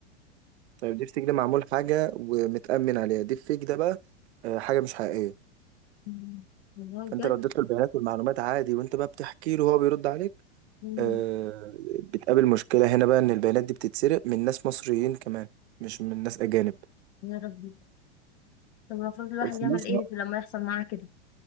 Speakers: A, on the right (about 70°); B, on the left (about 70°).
A: طيب ديب سيك ده معمول حاجة ومتأمن عليها ديب فيك ده بقى آه، حاجة مش حقيقية
B: مم. والله
A: فانت
B: بجد
A: لو اديت له البيانات والمعلومات عادي وانت بقى بتحكي له وهو بيرد عليك
B: مم.
A: آه، بتقابل مشكلة هنا بقى ان البيانات دي بتتسرق من ناس مصريين كمان مش من ناس أجانب
B: يا ربي طب المفروض الواحد
A: الخلاصة
B: يعمل ايه في لما يحصل معاه كده